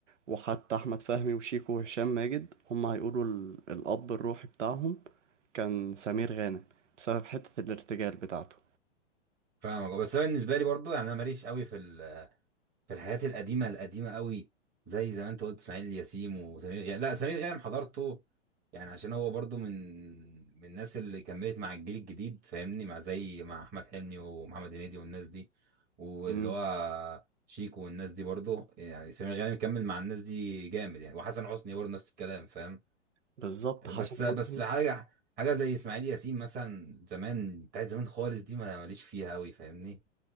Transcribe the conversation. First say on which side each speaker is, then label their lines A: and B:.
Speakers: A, on the right; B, on the right.
A: وحتى احمد فهمي وشيكو وهشام ماجد هم هيقولوا ال- الاب الروحي بتاعهم كان سمير غانم بسبب حته الارتجال بتاعته
B: فاهمك آه. بس انا بالنسبة لي برضو يعني انا ماليش قوي في ال... في الحاجات القديمه القديمه قوي زي زي ما انت قلت اسماعيل ياسين وسمير غانم لا سمير غانم حضرته يعني عشان هو برضو من من الناس اللي كملت مع الجيل الجديد فاهمني مع زي مع احمد حلمي ومحمد هنيدي والناس دي واللي
A: امم
B: هو شيكو والناس دي برضو يعني سمير غانم كمل مع الناس دي جامد يعني وحسن حسني برضه نفس الكلام فاهم
A: بالظبط
B: بس
A: حسن
B: بس
A: حسني
B: حاجه حاجه زي اسماعيل ياسين مثلا زمان بتاعت زمان خالص دي ما ماليش فيها قوي فاهمني